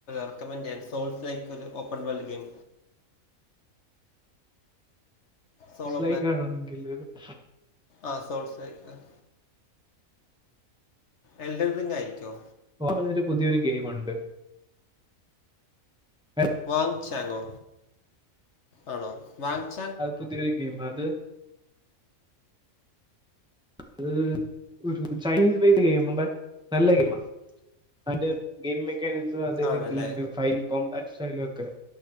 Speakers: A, on the left; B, in the centre.
A: റെക്കമെന്റ് ചെയ്യാൻ സൊളോ പ്ലയെർക് ല്ലൈക്ക് ഒരു ഓപ്പൺ വെൾഡ് ഗെയിം
B: <unintelligible>
A: സോളോ ആഹ് സോർസ് ആയി <unintelligible> എൽഡൻ റിങ് ആയിരിക്കോ
B: <unintelligible> പുതിയൊരു ഗെയിംണ്ട് <unintelligible>
A: വാങ് ചാങ്ങോ ആണോ വാങ്ച
B: അത് പുതിയൊരു ഗെയിമാ അത് അത് ഒരു ചൈനീസ് വൈസ് ഗെയിം ബട്ട്‌ നല്ല ഗെയിംമാ അയിന്റെ ഗെയിം മെക്കാനിസം അതേ
A: ആണല്ലേ
B: രീതി ഫൈൽ കോമ്പാക് <unintelligible> ക്കെ